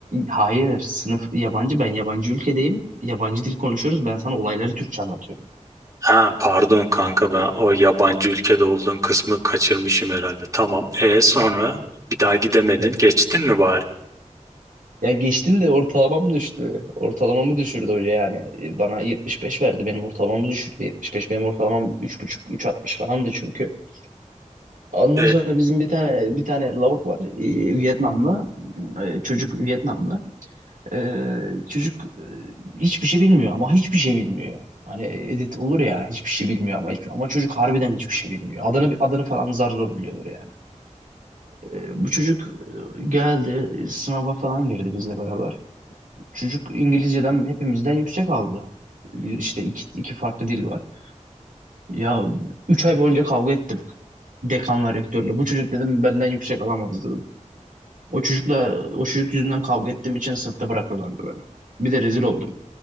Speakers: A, on the right (about 85°); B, on the right (about 25°).
A: Hayır sınıf yabancı ben yabancı ülkedeyim. Yabancı dil konuşuyoruz ben sana olayları Türkçe anlatıyorum.
B: Ha pardon kanka ben o yabancı ülkede olduğun kısmı kaçırmışım herhalde. Tamam. E sonra bir daha gidemedin.
A: Evet.
B: Geçtin mi bari?
A: Ya geçtim de ortalamam düştü. Ortalamamı düşürdü hoca yani. Bana 75 verdi benim ortalamamı düşürdü. 75 benim ortalamam 3,5 3,60 falandı çünkü. Ondan
B: E,
A: sonra bizim bir tane bir tane lavuk var e, Vietnamlı E, çocuk Vietnamlı E, çocuk e, hiçbir şey bilmiyor ama hiçbir şey bilmiyor. Hani edit olur ya hiçbir şey bilmiyor ama ama çocuk harbiden hiçbir şey bilmiyor. Adını adını falan zar zor biliyordur yani. E, bu çocuk e, geldi sınava falan girdi bizle beraber. Çocuk İngilizceden hepimizden yüksek aldı. Bir işte iki, iki farklı dil var. Ya üç ay boyunca kavga ettim dekanla rektörle. Bu çocuk dedim benden yüksek alamaz dedim. O çocukla o çocuk yüzünden kavga ettiğim için sınıfta bırakıyorlardı beni. Bir de rezil oldum.